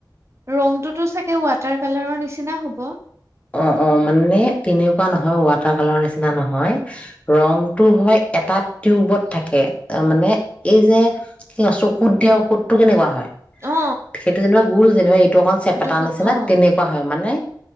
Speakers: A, on the right; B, on the left.
A: ৰংটোতো চাগে ৱাটাৰ কালাৰৰ নিচিনা হ'ব
B: অ অ মানে তেনেকোৱা নহয় ৱাটাৰ কালাৰ নিচিনা নহয় ৰংটো হয় এটা টিউবত থাকে অ মানে এই যে অ চকুত দিয়া ঔষধটো কেনেকোৱা হয়
A: অ অ
B: সেইটো যেনিবা গোল যেন <unintelligible> তোমাৰ চেপেটা
A: সেইটো
B: নিছিনা
A: অ
B: না তেনেকুৱা হয় মানে